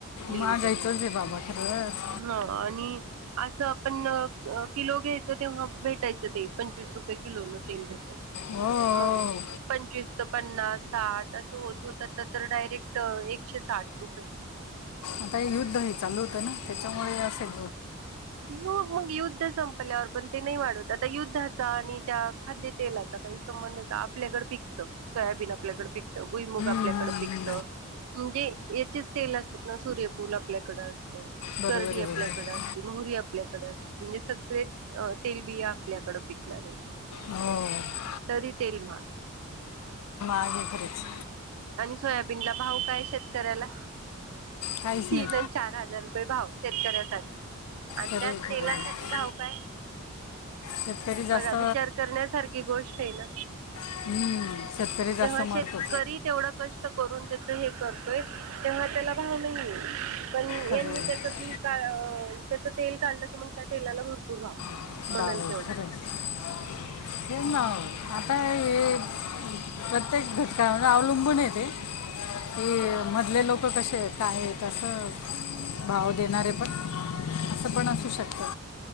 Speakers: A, on the right; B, on the left.
A: मिलीमीटर
B: महागाईचंच आहे बाबा खरंच
A: ह आणि असं पण किलो घ्यायचं तेव्हा भेटायचं तेल पंचवीस रुपये किलो न तेल भेट मग
B: हो हो.
A: पंचवीस तर पन्नास साठ असं होत होत तर तर डायरेक्ट एकशे साठ रुपये
B: आता हे युद्ध ह चालू होतं ना त्याच्यामुळे असेच
A: ये मग युद्ध संपलेवर पण ते नाही वाढत आता युद्धाचा आणि त्या खाद्यतेलाचा काही संबंध आहे का आपल्याकड पिकतं सोयाबीन आपल्याकडे पिकत भुईमुग आपल्याकडं
B: हम्म,
A: पिकतं
B: हम्म.
A: म्हणजे याचेच तेल असतात ना सूर्यफुल आपल्याकड असत
B: बरोबर
A: करडी
B: आहे
A: आपल्याकडे
B: बरोबर आहे.
A: अस मोरी आपल्याकडे अस म्हणजे सगळे तेलबिया आपल्याकड पिकणार आहेत
B: हो
A: तरी तेल महाग
B: हो खरंच
A: सोयाबीन ला भाव काय शेतकऱ्याला
B: काहीच
A: तीन
B: नाही
A: आणि चार हजार रुपये भाव शेतकऱ्यासाठी आणि
B: खरं
A: त्याच
B: आहे खरं
A: तेलासाठी
B: आहे
A: भाव काय
B: शेतकरी जास्त
A: बघा विचार करण्यासारखी गोष्ट आहे ना
B: हम्म, शेतकरी जास्त
A: जेव्हा शेतकरी
B: मरतो
A: तेवढं कष्ट करून हे करतोय तेव्हा त्याला भाव नाहीये पण
B: खरं
A: यांनी
B: आहे
A: त्याचं बी त्याच तेल काढलं की मग त्या तेलाला भरपूर भाव
B: <inaudible>
A: म्हणाल
B: आता
A: तेवढा
B: हे प्रत्येक घटकावर अवलंबून येते की मधले लोक कसे येत आहेत अससं
A: <inaudible>
B: भाव देणारे पण असं पण असू शकतं